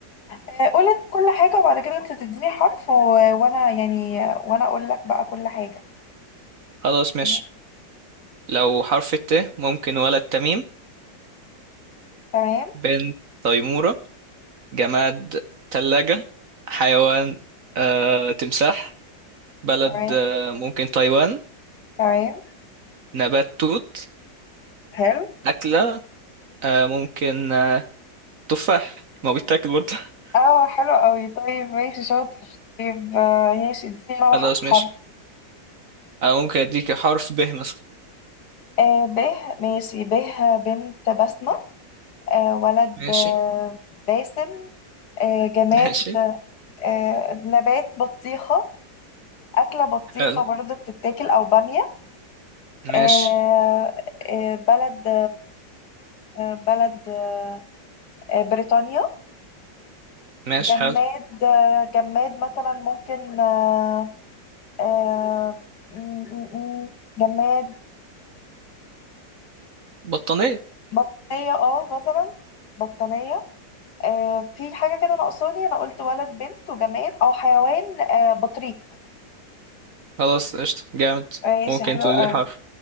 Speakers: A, on the left; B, on the right.
A: آه، قول انت كل حاجة وبعد كده انت تديني حرف و... وانا يعني وانا اقول لك بقى كل حاجة
B: خلاص ماشي
A: يعني-
B: لو حرف الت ممكن ولد تميم
A: تمام
B: بنت تيمورة جماد تلاجة حيوان آه، تمساح بلد
A: تمام
B: آه، ممكن تايوان
A: تمام
B: نبات توت
A: حلو
B: أكلة آه، ممكن آه، تفاح ما هو بيتاكل برضه <laughs>
A: اه حلو قوي طيب ماشي شاطر طيب آه، ماشي اديني انا بح-
B: خلاص
A: حرف
B: ماشي أنا ممكن أديك حرف ب مثلا
A: آه باه ماشي باه بنت بسمة آه ولد
B: ماشي
A: آه باسم آه جماد
B: <laughs> ماشي
A: آه نبات بطيخة أكلة بطيخة
B: حلو
A: برضه بتتاكل أو بامية
B: ماشي
A: آه آه بلد آه بلد آه آه، بريطانيا
B: ماشي
A: جماد
B: حلو
A: آه جماد مثلا ممكن آه آه م- م- م- جماد
B: بطانية
A: بطانية اه مثلا بطانية آه، في حاجة كده ناقصاني أنا قلت ولد بنت وجماد أو حيوان آه، بطريق
B: خلاص قشطة جامد
A: ماشي
B: ممكن
A: حلو
B: تقول
A: أوي
B: لي حرف